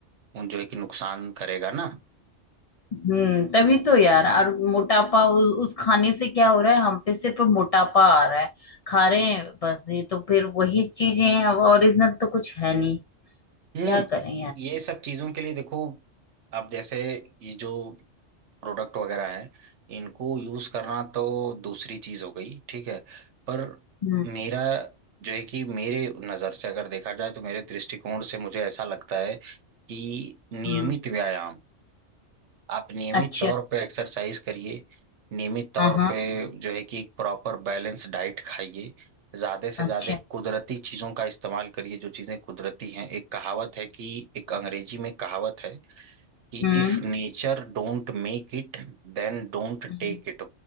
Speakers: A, on the right; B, on the left.
A: जो है कि नुकसान करेगा ना
B: हम्म तभी तो यार और मोटापा उ, उस खाने से क्या हो रहा है हम पे सिर्फ मोटापा आ रहा है खा रहे हैं बस ये तो फिर वही चीजें हैं अब ओरिजिनल तो कुछ है नहीं
A: हम्म
B: क्या करें यार
A: ये सब चीजों के लिए देखो अब जैसे ये जो प्रोडक्ट वगैरह हैं इनको यूज करना तो दूसरी चीज हो गई ठीक है पर
B: हम्म
A: मेरा जो है कि मेरे नजर से अगर देखा जाए तो मेरे दृष्टिकोण से मुझे ऐसा लगता है कि नियमित
B: हम्म
A: व्यायाम आप नियमित
B: अच्छा
A: तौर पे एक्सरसाइज करिए नियमित तौर
B: हाँ हाँ
A: पे जो है कि एक प्रॉपर बैलेंस डाइट खाइए ज्यादा से
B: अच्छा
A: ज्यादा कुदरती चीजों का इस्तेमाल करिए जो चीजें कुदरती हैं एक कहावत है कि एक अंग्रेजी में कहावत है कि
B: हम्म
A: if nature don't make it then don't
B: हम्म,
A: take it